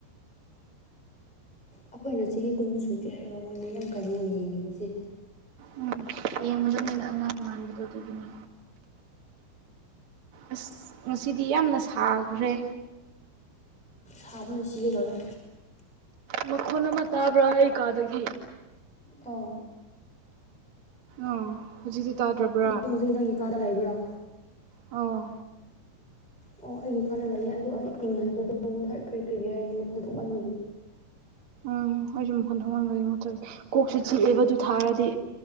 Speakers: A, in the centre; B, on the right.
A: ꯑꯩꯈꯣꯏꯅ ꯆꯍꯤ ꯀꯨꯟ ꯁꯨꯗ꯭ꯔꯤ ꯍꯥꯏꯕꯥ ꯃꯣꯏꯅ ꯌꯥꯝ ꯀꯩꯅꯣ ꯑꯣꯏꯅꯥ ꯌꯦꯡꯉꯤꯕꯁꯤ
B: ꯎꯝ ꯌꯦꯡꯕꯗ ꯃꯣꯏꯅꯥ ꯑꯉꯥꯡ ꯃꯥꯟꯕꯗꯣ ꯑꯗꯨꯒꯤꯅꯤ ꯑꯁ ꯉꯁꯤꯗꯤ ꯌꯥꯝꯅ ꯁꯥꯈ꯭ꯔꯦ
A: ꯁꯥꯕꯅ ꯁꯤꯒꯗꯧꯔꯦ
B: ꯃꯈꯣꯟ ꯑꯃ ꯇꯥꯕ꯭ꯔꯥ ꯑꯩ ꯀꯥꯗꯒꯤ
A: ꯑꯧ
B: ꯑꯧ ꯍꯧꯖꯤꯛꯇꯤ ꯇꯥꯗ꯭ꯔꯕ꯭ꯔꯥ
A: ꯅꯪ ꯍꯧꯖꯤꯛ ꯅꯪꯒꯤ ꯀꯥꯗ ꯂꯩꯕ꯭ꯔꯣ
B: ꯑꯧ
A: ꯑꯣ ꯑꯩꯒꯤ ꯈꯔꯥ ꯂꯩꯌꯦ ꯑꯗꯣ ꯑꯩ ꯏꯪꯍꯟꯕꯗꯣ ꯃꯨꯠꯊꯠꯈꯔ꯭ꯦ ꯀ꯭ꯔꯤꯒ ꯍꯥꯏꯗꯤ ꯃꯈꯣꯟ ꯊꯣꯛꯃꯟꯕꯒꯤ
B: ꯎꯝ ꯑꯩꯁꯨ ꯃꯈꯣꯟ ꯊꯣꯛꯃꯟꯕꯒꯤ ꯃꯨꯠꯊꯠꯈꯔ꯭ꯦ ꯀꯣꯛꯁꯨ ꯆꯤꯛꯑꯦꯕ ꯑꯗꯨ ꯊꯥꯔꯗꯤ